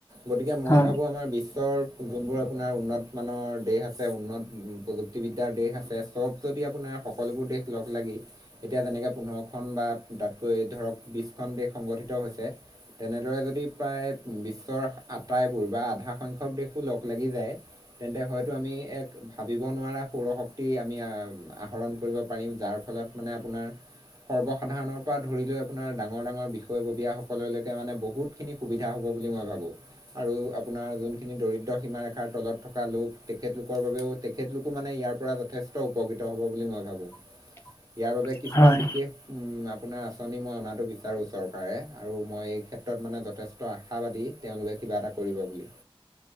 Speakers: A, on the right (about 35°); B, on the left (about 25°).
A: গতিকে মই
B: হয়
A: ভাবোঁ আমাৰ বিশ্বৰ যোনবোৰ আপোনাৰ উন্নতমানানৰ দেশ আছে উন্নত প্ৰযুক্তিবিদ্যাৰ দেশ আছে চব য'ত যদি আপোনাৰ সকলোবোৰ দেশ লগ লাগি এতিয়া যেনেকে পোন্ধৰখন তাতকৈ ধৰক বিছখন দেশ সংগঠিত হৈছে। তেনেদৰে যদি প্ৰায় বিশ্বৰ আটাইবোৰ বা আধা সংখ্যক দেশ লগ লাগি যায় তেন্তে হয়তো আমি এক ভাবিব নোৱাৰা সৌৰশক্তি আমি আহৰণ কৰিব পাৰিম যাৰ ফলত মানে আপোনাৰ সৰ্বসাধাৰণৰ পৰা ধৰি লৈ আপোনাৰ ডাঙৰ ডাঙৰ বিষয়ববীয়া সকললৈকে মানে বহুতখিনি সুবিধা হ'ব। বুলি মই ভাবোঁ আৰু আপোনাৰ যোনখিনি দৰিদ দ্ৰ সীমাৰেখাৰ তলত থকা লোক, তেখেতলোকৰ বাবেও তেখেতলোকো মানে ইয়াৰ পৰা যথেষ্ট উপকৃত হ'ব বুলি মই ভাবো।
B: <inaudible>
A: ইয়াৰ বাবে কিছুমান
B: হয়
A: বিশেষ আপ আপোনাৰ আঁচনি মই অনাটো বিচাৰোঁ চৰকাৰে আৰু মই এই ক্ষেত্ৰত মানে যথেষ্ট আশাবাদী তেওঁলোকে কিবা এটা কৰিব বুলি।